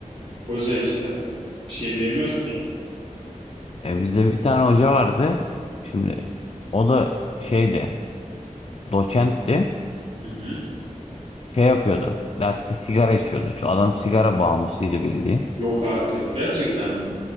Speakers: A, on the right; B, on the left.
A: Hoca işte. Bir şey diyemiyoruz ki.
B: E, bizde bir tane hoca vardı. Şimdi o da şeydi, doçentti.
A: Hı hı.
B: Şey yapıyordu. Derste sigara içiyordu. Şu adam sigara bağımlısıydı bildiğin.
A: Yok artık. Gerçekten mi?